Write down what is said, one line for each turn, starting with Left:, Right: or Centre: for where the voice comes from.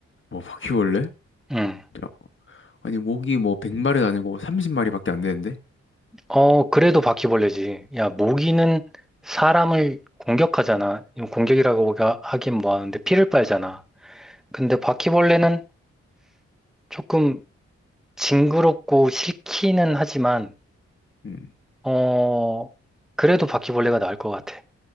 Left: 뭐 바퀴벌레?
Centre: 음.
Left: 야, 아니, 모기 뭐 100마리도 아니고 30마리밖에 안 되는데?
Centre: 어, 그래도 바퀴벌레지. 야, 모기는 사람을 공격하잖아. 이거 공격이라고 하- 하긴 뭐하는데 피를 빨잖아. 근데 바퀴벌레는 조금 징그럽고 싫기는 하지만,
Left: 응.
Centre: 어, 그래도 바퀴벌레가 나을 것 같아.